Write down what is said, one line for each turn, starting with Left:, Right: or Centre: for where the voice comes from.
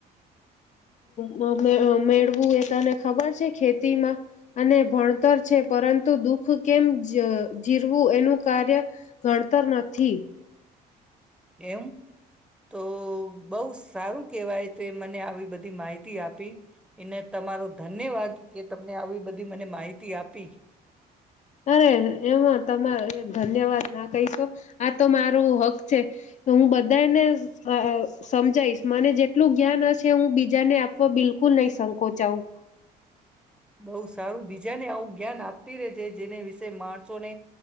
Left: મ મે મેળવું એ તને ખબર છે ખેતીમાં અને ભણતર છે પરંતુ દુઃખ કેમ જીરવું એનું કાર્ય ગણતર નથી.
Centre: એમ તો બઉ સારું કહેવાય છે મને આવી બધી માહિતી આપી એને તમારો ધન્યવાદ કે તમને આવી બધી મને માહિતી આપી.
Left: અરે એમાં તમારે ધન્યવાદ. ના કહીશો આ તો મારું હક છે. તો હું બધાને અ સમજાઈશ મને જેટલું જ્ઞાન હશે હું બીજાને આપવા બિલકુલ નહી સંકોચઆવું.
Centre: બઉુ સારું બીજા ને આવું ધ્યાન આપતી રેજે. જેને વિશે માણસોને